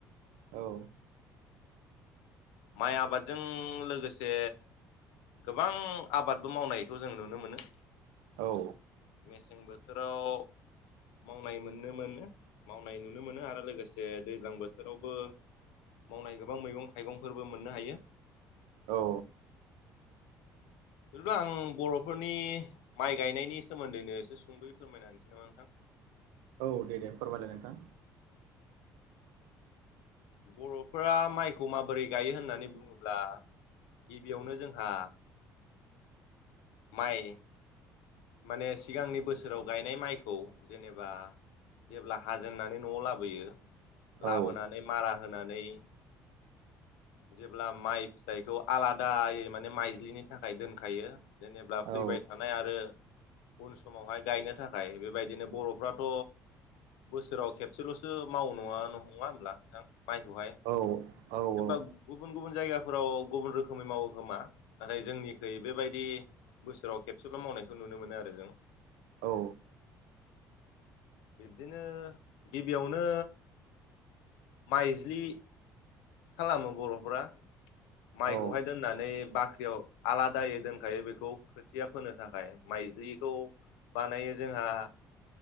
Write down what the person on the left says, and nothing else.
माइ आबादजों लोगोसे गोबां आबादबो मावनायखौ जों नुनो मोनो।
मेसें बोथोराव मावनाय मोननो मोनो मावनाय नुनो मोनो आरो लोगोसे दैज्लां बोथोरावबो मावनाय गोबां मैगं थाइगंफोरबो मोननो हायो।
बिदिब्ला आं बर'फोरनि माइ गायनायनि सोमोन्दैनो एसे सुंद'यै फोरमायना होनसै नामा नोंथां
बर'फोरा माइखौ माबोरै गायो होननानै बुङोब्ला गिबियावनो जोंहा माइ माने सिगांनि बोसोराव गायनाय माइखौ जेनेबा जेब्ला हाजेननानै न'आव लाबोयो लाबोनानै
मारा होनानै <inaudible> जेब्ला माइ फिथाइखौ आलादायै माने माइज्लिनि थाखाय दोनखायो। जेनेबब्ला फैबाय
थानाय आरो उन समावहाय गायनो थाखाय बेबायदिनो बर'फ्राथ' बोसोराव खेबसेल'सो माव नङा नङा होनोमब्ला नोंथां माइखौहाय
होनबा गुबुन गुबुन जायगा फोराव गुबुन रोखोमै मावो खोमा नाथाय जोंनिख्रुइ बेबायदि बोसोराव खेबसेल' मावनायखौ खौ नुनो मोनो आरो जों
बिब्दिनो गिबियावनो माइज्लि खालामो बर'फोरा माइखौहाय
दोननानै बाख्रियाव आलादायै दोनखायो बेखौ खोथिया फोनो थाखाय माइ जुलिखौ बानायो जोंहा